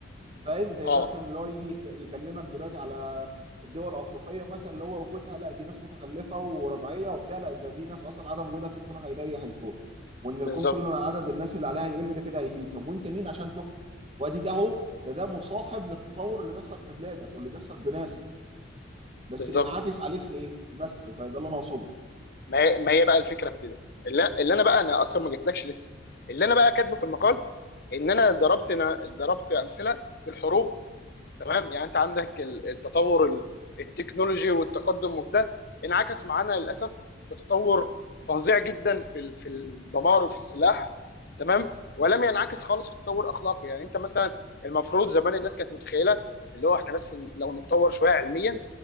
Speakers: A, on the right; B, on the left.
A: فاهم زي
B: اه
A: مثلا اللي هو يجي يك- يكلمك دلوقتي على الدول الافريقيه مثلا اللي هو وجودها لا دي ناس متخلفه ورجعيه وبتاع لا ده دي ناس اصلا عدم وجودها في الكون هيريح الكون وان
B: بالظبط
A: الكون كل ما عدد الناس اللي عليها يقل ده كده هيفيد طب وانت مين عشان تحكم وادي ده اهو ده ده مصاحب للتطور اللي بيحصل في بلادك واللي بيحصل بناسك بس
B: بالظبط
A: بينعكس عليك في ايه بس فده اللي انا اقصده
B: ما هي ما هي بقى الفكره في كده اللي, اللي انا بقى انا اصلا ما جيتلكش لسه اللي انا بقى كاتبه في المقال ان انا ضربت أنا ضربت امثله بالحروب تمام يعني انت عندك ال- التطور ال- التكنولوجي والتقدم وكده انعكس معانا للاسف بتطور فظيع جدا في ال- في الدمار وفي السلاح تمام ولم ينعكس خالص في تطور اخلاقي يعني انت مثلا المفروض زمان الناس كانت متخيله اللي هو احنا بس لو نتطور شويه علميا